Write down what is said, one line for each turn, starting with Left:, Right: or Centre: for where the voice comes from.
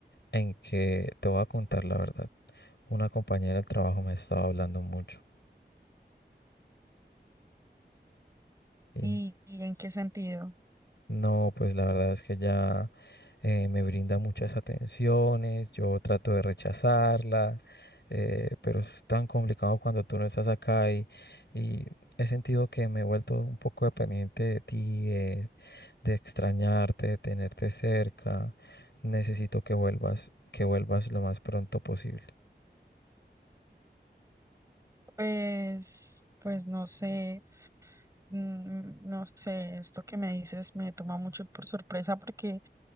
Left: en que te voy a contar la verdad. Una compañera del trabajo me estaba hablando mucho. y
Right: ¿Y, y en qué sentido?
Left: No, pues la verdad es que ya eh, me brinda muchas atenciones, yo trato de rechazarla, eh, pero es tan complicado cuando tú no estás acá y, y he sentido que me he vuelto un poco dependiente de ti, de, de extrañarte, de tenerte cerca. Necesito que vuelvas, que vuelvas lo más pronto posible.
Right: Pues, pues no sé. Mm, mm, No sé, esto que me dices me toma mucho por sorpresa porque